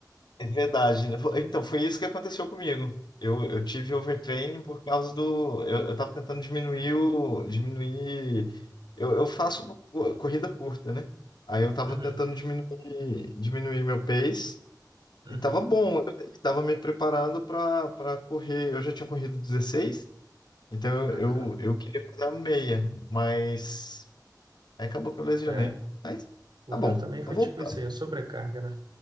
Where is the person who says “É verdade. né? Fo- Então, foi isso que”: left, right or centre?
Left